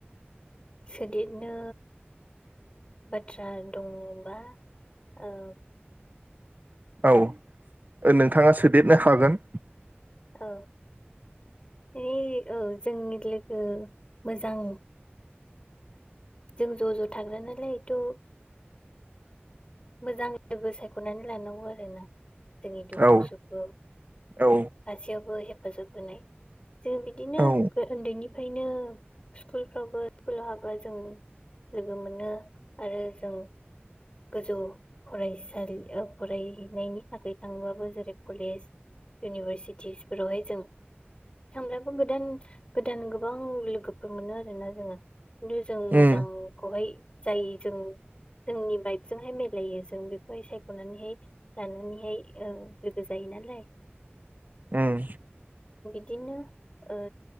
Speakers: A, on the left (about 30°); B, on the right (about 45°).
A: सोदेरनो बाथ्रा दङ बा ओ
B: औ नोंथाङा सोदेरनो हागोन
A: औ इ औ जोंनि लोगो मोजां जों ज'-ज' थाग्रा नालाय थ' मोजां लोगो सायख'नानै लानांगौ आरोना जोंनि दुखु
B: औ
A: सुखु
B: औ
A: गासैयावबो हेब हेफाजाब होनाय जों बिदिनो
B: औ
A: उन्दैनि फ्रायनो स्कुलफ्रावबो स्कुलाव हाबा जों लोगो मोनो आरो जों गोजौ फरायसालि फरायनायनि थाखाय थांबाबो जेरै कलेज इउनिभारसिटिसफोरावहाय जों थांब्लाबो गोदान गोदान गोबां लोगोफोर मोनो आरोना। जोङो खिन्थु जों मोजांखौहाय
B: उम
A: जाय जों जोंनि <unintelligible> जोंहाय मिलायो जों बेखौहाय सायख'नानैहाय लानानैहाय ओ लोगो जाहैनानै नाय
B: उम।
A: बिदिनो ओ